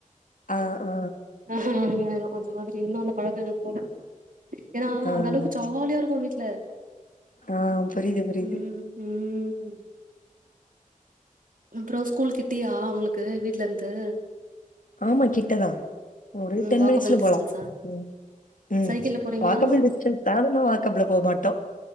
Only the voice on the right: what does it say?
ஆஹா நல்லாயிரு அந்த மாதிரி இன்னு அந்த பழக்கோ எனக் போல ஏன்னா
அந்த அளவுக்கு ஜாலியா
இருக்கு வீட்ல
ம் ம் அப்றோ ஸ்கூல் கிட்டியா உங்ளுக்கு வீட்ல இருந்து
ம்
வாக்கபிள்
டிஸ்டன்ஸா
சைக்கிள்ல போறீங்களா